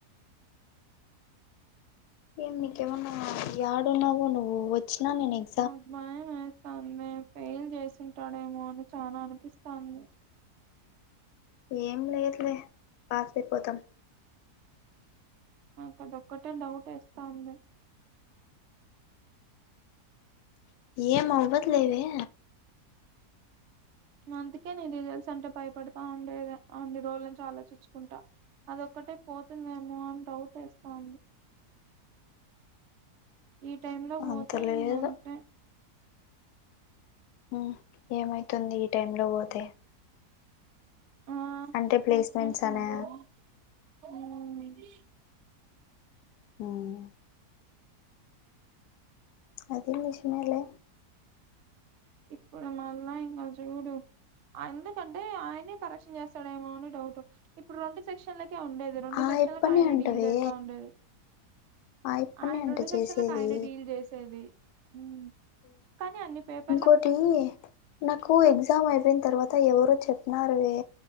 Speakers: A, on the left; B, on the right.
A: ఏం నీకేమన్నా యాడున్నావో నువ్వు వచ్చినా ననేద్
B: నాకు భయం వేస్తాందే ఫెయిల్ చేసింటాడేమో అని చాల అనిపిస్తాంది
A: ఏం లేదులే పాస్ అయిపోతం
B: నాకు అదొక్కటే డౌటేస్తాంది
A: ఏం అవ్వద్ లేవే
B: ఇంగ అందుకే నేను రిజల్ట్స్ అంటే భయపడతా ఉండేదే అన్నిరోజుల నుంచి ఆలోచిచ్చుకుంటా అదొక్కటే పోతుందేమో అని డౌట్ వేస్తా ఉంది ఈ టైమ్ లో పోతే
A: అంత లేదు
B: ఇంగ అంతే
A: ఊ ఏమైతుంది ఈ టైమ్ లో పోతే
B: ఆ
A: అంటే
B: ప్లేస్మెంట్స్ ఇంగ
A: అనా
B: దాంట్లోనే ఊ
A: మ్మ్ అది నిజమేలే
B: ఇప్పుడు మళ్ళా ఇంగ చూడు ఎందుకంటే ఆయనే కరెక్షన్ చేస్తాడేమో అని డౌటు ఇప్పుడు రెండు సెక్షన్లకే ఉండేది ఇది రొండు
A: ఆ
B: సెక్షన్లకు
A: యప్పనే
B: ఆయనే
A: అంటవే
B: డీల్ చేస్తా ఉండేది
A: ఆ యప్పనే
B: ఆయన
A: అంట
B: రెండు
A: చేసేది
B: సెక్షన్లకు ఆయన డీల్ చేస్ సేది ఊ కానీ అన్ని పేప్
A: ఓటీ నాకూ ఎగ్జామ్ అయిపోయిన తర్వాత ఎవరో చెప్నారువే